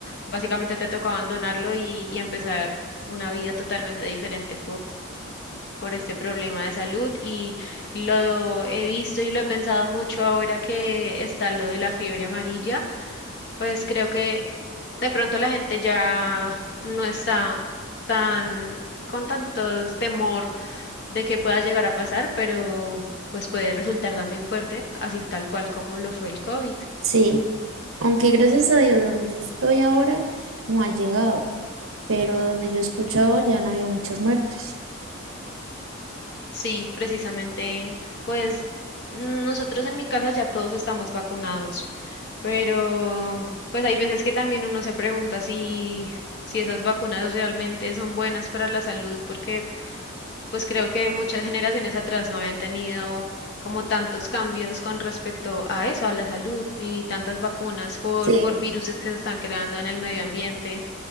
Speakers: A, on the left; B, on the right.
A: básicamente te tocó abandonarlo y, y empezar una vida totalmente diferente por este problema de salud y lo he visto y lo he pensado mucho ahora que está lo de la fiebre amarilla, pues creo que de pronto la gente ya no está tan con tanto temor de que pueda llegar a pasar, pero pues puede resultar también fuerte, así tal cual como lo fue el COVID.
B: sí, Aunque gracias a Dios, donde yo estoy ahora no ha llegado, pero donde yo he escuchado ya han habido muchas muertes.
A: Sí, precisamente, pues nosotros en mi casa ya todos estamos vacunados. Pero pues hay veces que también uno se pregunta si, si esas vacunas realmente son buenas para la salud, porque pues creo que muchas generaciones atrás no habían tenido como tantos cambios con respecto a eso, a la salud y tantas vacunas por,
B: Sí,
A: por virus que se están creando en el medio ambiente,